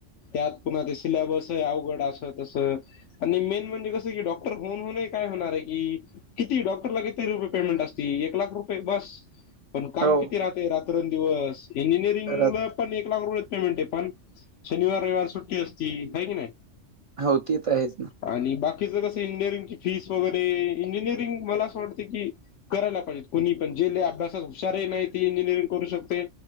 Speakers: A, on the left; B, on the right.
A: त्यात पुन्हा ते सिल्याबस अवघड अस तसं. आणि मेन म्हणजे कसं की डॉक्टर होऊन होऊन काय होणार आय की किती डॉक्टरला किती रुपये पेमेंट असती एक लाख रुपये बास. पण काम
B: हो,
A: किती राहते रात्रं अन् दिवस इंजिनिअरिंगला
B: घरात
A: पण एक लाख रुपय पेमेंट आय पण शनिवार रयवार सुट्टी असती हाय की नाय.
B: हो ते त आहेच ना.
A: आणि बाकीचं कसं इंजिनिअरिंग ची फीस वगैरे इंजिनिअरिंग मला असं वाटते की करायला पाहिजे कोणी पण जे लय अभ्यासात हुशार आहे नाय ते इंजिनिअरिंग करू शकते